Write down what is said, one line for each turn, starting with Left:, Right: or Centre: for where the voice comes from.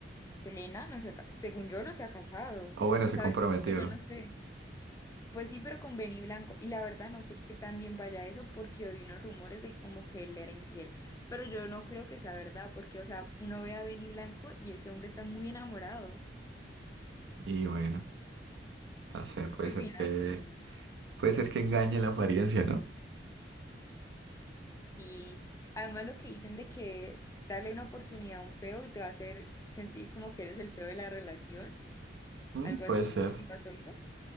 Left: Selena no se ha, ca- según yo no se ha casado,
Right: O bueno,
Left: ¿qué
Right: se
Left: sabes?
Right: comprometió.
Left: tú Que yo no sé. Pues sí, pero con Benny Blanco. Y la verdad no sé qué tan bien vaya eso porque oí unos rumores de como que él era infiel. Pero yo no creo que sea verdad porque, o sea, uno ve a Benny Blanco y ese hombre está muy enamorado.
Right: Y bueno, no sé, puede
Left: ¿Qué
Right: ser
Left: opinas?
Right: que,
Left: ¿Qué opinas?
Right: puede ser que engañe la apariencia, ¿no?
Left: Sí. Además lo que dicen de que darle una oportunidad a un feo y te va a hacer sentir como que eres el feo de la relación,
Right: Mm,
Left: algo
Right: puede
Left: así,
Right: ser.
Left: ¿lo has oído?